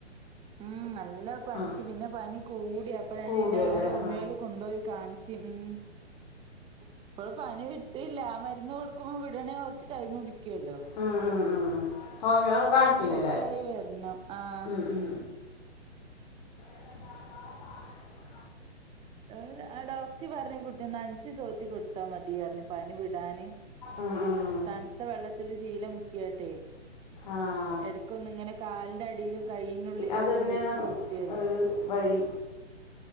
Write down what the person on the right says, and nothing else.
ഉം നല്ല പനിച്ച്
പിന്നെ പനി കൂടി അപ്പ ഞാന്
പിന്നെ അവിടെ ഓമിയോല്
കൊണ്ടോയി കാൺ ച്ച് ഉം ഇപ്പ പനിവി ട്ടില്ലാ ആ മരുന്ന് കൊടുക്കുമ്പോ വിടണേ കൊറച്ച് ടൈം പുടിക്കോല്ലോ
സെറ്റ് ആയി വരണം ആഹ്
ഏഹ് ആ ഡോക്ടർ പറഞ്ഞ് കുട്ടിനെ നൻഞ്ച് തോത്തി കൊടുത്താ മതി പറഞ് പനി വിടാന്
തൺത്ത വെള്ളത്തില് ശീല മുക്കിയാട്ടെ
എടക്ക് ഒന്ന് ഇങ്ങനെ കാലിന്റെ അടിയിലും കയ്യിന്റെ ഉള്ളിലും
ഒക്കെ
ഒന്ന് വെച്ചു കൊടുത്തിയതി